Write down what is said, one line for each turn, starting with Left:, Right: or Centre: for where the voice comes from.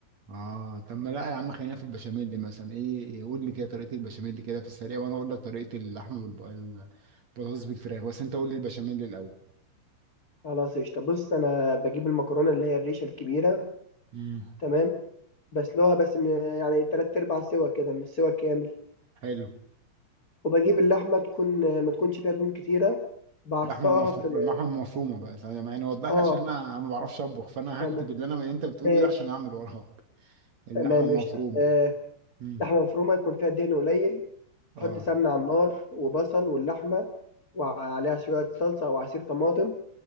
Right: اه طب ما لا يا عم خلينا في البشاميل دي مثلا ايه إيه، قول لي كده طريقه البشاميل دي كده في السريع وانا اقول لك طريقه اللحمه والبطاطس بالفراخ بس انت قول لي البشاميل الاول
Left: خلاص قشطة بص أنا بجيب المكرونة اللي هي الريشة الكبيرة
Right: امم
Left: تمام بسلقها بس من يعني تلات أرباع سوا كده مش سوا كامل
Right: حلو
Left: وبجيب اللحمة تكون ما تكونش فيها دهون كتيرة بعصاها
Right: اللحمه المفرومه
Left: في ال
Right: اللحمه المفرومه بقى زي- يعني وضح
Left: أه
Right: لي عشان انا ما بعرفش اطبخ فانا
Left: تمام
Right: هكتب اللي انا اللي انت بتقوله
Left: ماشي
Right: ده عشان اعمل وراك اللحمه
Left: تمام
Right: المفرومه
Left: قشطة آه
Right: امم
Left: لحمة مفرومة يكون فيها دهن قليل
Right: اه
Left: أحط سمنة على النار وبصل واللحمة وعليها شوية صلصة أو عصير طماطم